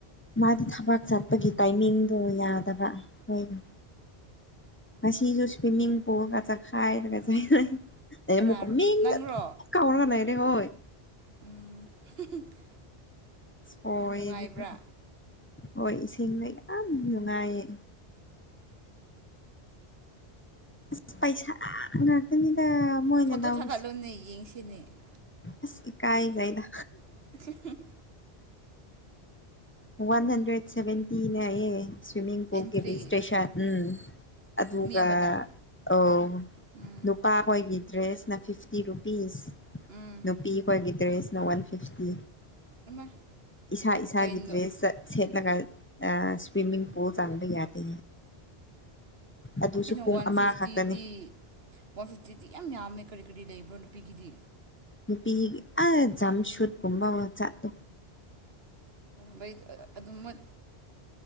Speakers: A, on the left; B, on the right.
A: ꯃꯥꯗꯤ ꯊꯕꯥꯛ ꯆꯠꯄꯒꯤ ꯇꯥꯏꯃꯤꯡꯗꯣ ꯌꯥꯗꯕ ꯍꯣꯏꯅꯦ ꯉꯁꯤꯁꯨ ꯁꯨꯏꯃꯤꯡ ꯄꯨꯜꯒ ꯆꯠꯈꯥꯏꯗꯅ <unintelligible> ꯑꯦ
B: ꯀꯅꯥꯔꯣ
A: ꯃꯨꯛꯀꯥ ꯃꯤꯡꯒꯥ
B: ꯅꯪꯔꯣ
A: ꯀꯥꯎꯔꯥ ꯂꯩꯔꯦ ꯍꯣꯏ
B: ꯎꯝ <unintelligible>
A: ꯏꯁ ꯑꯣꯏꯗꯤꯕ
B: ꯅꯨꯡꯉꯥꯏꯕ꯭ꯔꯥ
A: ꯍꯣꯏ ꯏꯁꯤꯡꯅ ꯌꯥꯝ ꯅꯨꯡꯉꯥꯏꯌꯦ ꯑꯁ ꯄꯩꯁꯥ ꯉꯥꯛꯇꯅꯤꯗꯥ ꯃꯣꯏꯅ
B: ꯐꯣꯇꯣ
A: ꯂꯧꯔꯤꯁꯦ
B: <inaudible> <unintelligible>
A: ꯑꯁ ꯏꯀꯥꯏꯖꯩꯗ
B: <inaudible>
A: ꯋꯥꯟ ꯍꯟꯗ꯭ꯔꯦꯠ ꯁꯚꯦꯟꯇꯤꯅꯦ ꯍꯥꯏꯌꯦ ꯁꯨꯏꯃꯤꯡ ꯄꯨꯜꯒꯤ
B: ꯑꯦꯟꯇ꯭ꯔꯤ
A: ꯕꯤꯖꯤꯇꯦꯁ ꯎꯝ ꯑꯗꯨꯒ
B: ꯃꯤ ꯑꯃꯗ
A: ꯑꯧ
B: ꯎꯝ
A: ꯅꯨꯄꯥ ꯍꯣꯏꯒꯤ ꯗ꯭ꯔꯦꯁꯅ ꯐꯤꯐꯇꯤ ꯔꯨꯄꯤꯁ
B: ꯎꯝ
A: ꯅꯨꯄꯤ ꯑꯩꯈꯣꯏꯒꯤ ꯗ꯭ꯔꯦꯁꯅ ꯋꯥꯟ ꯐꯤꯁꯇꯤ
B: ꯑꯃ
A: ꯏꯁꯥ ꯏꯁꯥꯒꯤ
B: ꯀꯩꯅꯣ
A: ꯗ꯭ꯔꯦꯁ ꯆꯠ ꯁꯦꯠꯂꯒ ꯑꯥ ꯁꯨꯏꯋꯤꯃꯤꯡ ꯄꯨꯜ ꯆꯪꯕ ꯌꯥꯗꯦ ꯑꯗꯨꯁꯨ
B: ꯑꯣ ꯀꯩꯅꯣ
A: ꯄꯨꯡ
B: ꯋꯥꯟ
A: ꯑꯃꯈꯛꯇꯅꯦ
B: ꯐꯤꯐꯇꯤꯗꯤ ꯋꯥꯟ ꯐꯤꯞꯇꯤꯗꯤ ꯌꯥꯝ ꯌꯥꯝꯃꯦ ꯀꯔꯤ ꯀꯔꯤ ꯂꯩꯕ꯭ꯔꯣ ꯅꯨꯄꯤꯒꯤꯗꯤ
A: ꯅꯨꯄꯤ ꯑ ꯖꯝꯁꯨꯠ ꯀꯨꯝꯕ ꯋꯥ ꯆꯥꯠꯇꯣ
B: ꯅꯣꯏ ꯑꯥ ꯑꯗꯨꯝ ꯃꯣꯏ